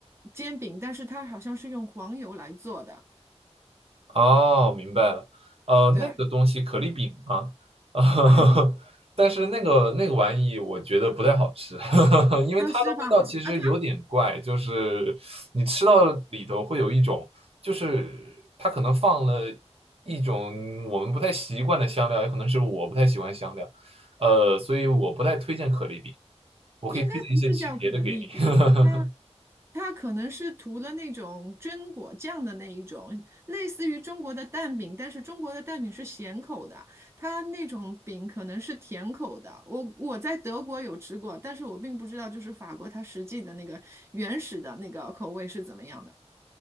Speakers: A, on the right (about 25°); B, on the right (about 60°).
A: 煎饼，但是它好像是用黄油来做的。
B: 哦，明白了。呃，
A: 对
B: 那个东西可丽饼啊，<laughs>
A: 啊
B: 但是那个那个玩意我觉得不太好吃，<laughs> 因为它的味道其实有点怪，
A: 啊，是吧？啊，它
B: 就是你吃到里头会有一种，就是它可能放了一种我们不太习惯的香料，也可能是我不太喜欢香料，呃，所以我不太推荐可丽饼。我可以推荐一些其别的给你。
A: 应该不是叫可丽饼，
B: <laughs>
A: 它它可能是涂了那种榛果酱的那一种，类似于中国的蛋饼，但是中国的蛋饼是咸口的，它那种饼可能是甜口的。我我在德国有吃过，但是我并不知道就是法国它实际的那个原始的那个口味是怎么样的。